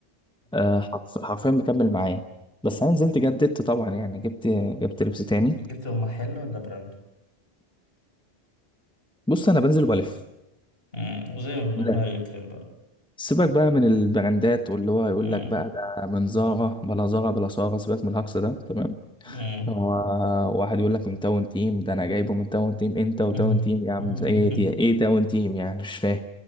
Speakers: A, in the centre; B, on the left (about 60°).
A: آه حرف- حرفيا مكمل معايا بس انا نزلت جددت طبعا يعني جبت جبت لبس تاني
B: جبتوا محل ولا براند؟
A: بص انا بنزل والف
B: مم. وزي ما
A: لا
B: ربنا يكرم بقى
A: سيبك بقى من البراندات واللي هو يقول
B: مم.
A: لك بقى ده من زارا بلا زارا بلا سارة سيبك من الهجص ده تمام
B: مم.
A: هو واحد يقول لك من تاون تيم ده انا جايبه من تاون تيم انت وتاون
B: <laughs>
A: تيم يا عم ايه دي ايه تاون تيم يعني مش فاهم